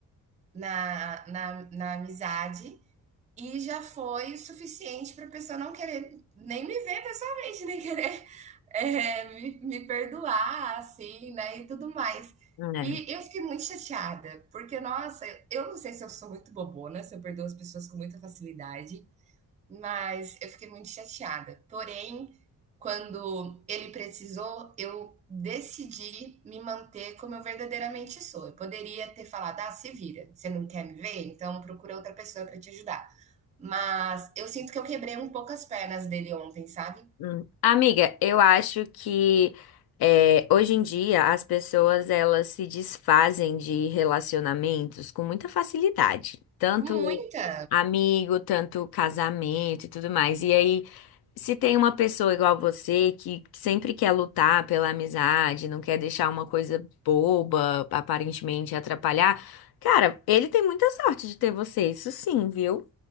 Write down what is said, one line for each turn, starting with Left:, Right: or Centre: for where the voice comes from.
Right: na, na, na amizade e já foi o suficiente para a pessoa não querer nem me ver pessoalmente, nem querer <laughs> é, me, me perdoar, assim, né? E tudo mais.
Left: É.
Right: E eu fiquei muito chateada, porque, nossa, eu não sei se eu sou muito bobona, se eu perdoo as pessoas com muita facilidade, mas eu fiquei muito chateada. Porém, quando ele precisou, eu decidi me manter como eu verdadeiramente sou. Eu poderia ter falado: ah, se vira, você não quer me ver? Então procura outra pessoa para te ajudar. Mas eu sinto que eu quebrei um pouco as pernas dele ontem, sabe?
Left: Hum. Amiga, eu acho que é, hoje em dia as pessoas elas se desfazem de relacionamentos com muita facilidade, tanto
Right: Muita!
Left: amigo, tanto casamento e tudo mais. E aí Se tem uma pessoa igual você que sempre quer lutar pela amizade, não quer deixar uma coisa boba, aparentemente atrapalhar, cara, ele tem muita sorte de ter você, isso sim, viu?